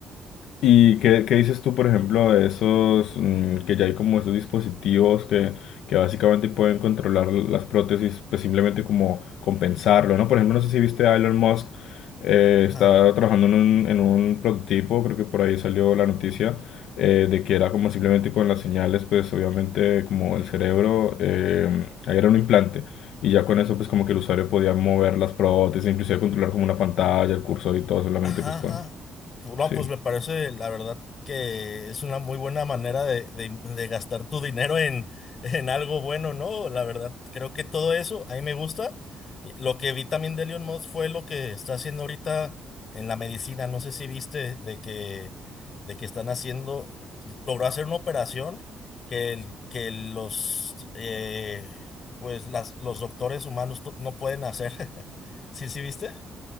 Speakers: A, on the left; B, on the left.
A: ¿Y qué, qué dices tú, por ejemplo, de esos, mm, que ya hay como esos dispositivos que, que básicamente pueden controlar las prótesis, pues simplemente como compensarlo, ¿no? Por ejemplo, no sé si viste a Elon Musk, eh,
B: <laughs>
A: está trabajando en un, en un prototipo, creo que por ahí salió la noticia, eh, de que era como simplemente con las señales, pues obviamente como el cerebro, eh, ahí era un implante. Y ya con eso, pues como que el usuario podía mover las prótesis, inclusive controlar como una pantalla, el cursor y todo, solamente
B: Ajá,
A: pues
B: ajá.
A: con...
B: Pu- No,
A: Sí.
B: pues me parece, la verdad, que es una muy buena manera de, de- de gastar tu dinero en, <laughs> en algo bueno, ¿no? La verdad, creo que todo eso, a mí me gusta. Y Lo que vi también de Elon Musk fue lo que está haciendo ahorita en la medicina. No sé si viste de que, de que están haciendo, logró hacer una operación que, el- que los, eh, pues las, los doctores humanos to- no pueden hacer. <laughs> ¿Sí, sí viste?